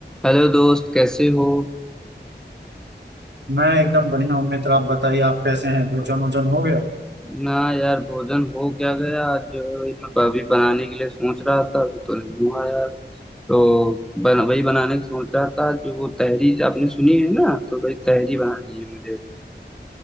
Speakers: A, in the centre; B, on the right.
A: Hello दोस्त कैसे हो
B: मैं एकदम बढ़िया हूँ मित्र आप बताइए आप कैसे हैं भोजन वोजन हो गया
A: ना यार भोजन हो क्या गया आज जो है वही मैं अभी बनाने के लिए सोच रहा था अभी तो नहीं हुआ यार तो बन, वही बनाने की सोच रहा था जो वो तहरी आपने सुनी है ना तो वही तहरी बनानी है मुझे